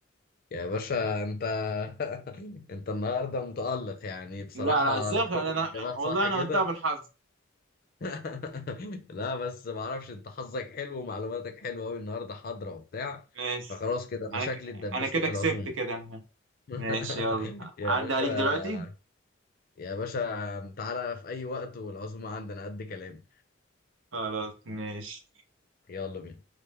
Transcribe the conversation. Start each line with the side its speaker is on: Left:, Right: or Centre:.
Left: يا باشا أنت <laughs> أنت النهاردة متألق يعني بصراحة
Right: لا لا ازاي
Left: كل
Right: أخ- انا
Left: الإجابات
Right: والله
Left: صح
Right: انا
Left: كده
Right: قلتها بالحظ
Left: <laughs> لا بس معرفش أنت حظك حلو ومعلوماتك حلوة أوي النهاردة حاضرة وبتاع
Right: ماشي
Left: فخلاص كده أنا
Right: انا
Left: شكلي
Right: ك...
Left: اتدبست
Right: انا كده
Left: في
Right: كسبت
Left: العزومة
Right: كده
Left: <laughs>
Right: ماشي يلا
Left: يا
Right: عدى
Left: باشا
Right: عليك دلوقتي
Left: يا باشا تعالى في أي وقت والعزومة عندنا قد كلام
Right: خلاص ماشي
Left: يلا بينا